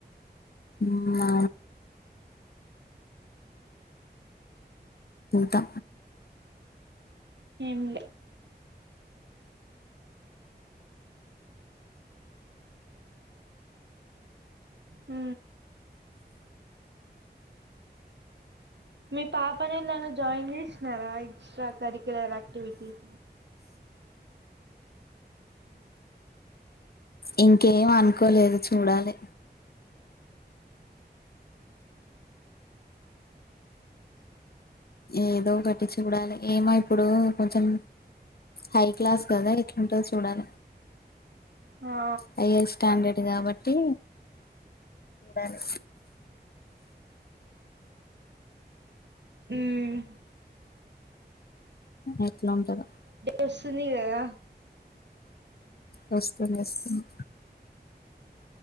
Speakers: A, on the left; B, on the right.
A: ఉ మా ఉంటా
B: ఏం లే ఉ మీ పాపనే ఎలానా జాయిన్ చేసినారా ఎక్స్ట్రా కరికు్యలర్ యాక్టివిటీస్
A: ఇంకేం అనుకోలేదు చూడాలి ఏదో ఒకటి చూడాలి ఏమైత్ ఇప్పుడు కొంచెం హై క్లాస్ కదా ఎట్లాంటుందో చూడాలి
B: ఆ
A: హయ్యర్ స్టాండర్డ్ కాబట్టి చూడాలి
B: హ్మ్
A: ఎట్లా ఉంటదో
B: వస్తుంది కదా
A: వస్తుంది వస్తుంది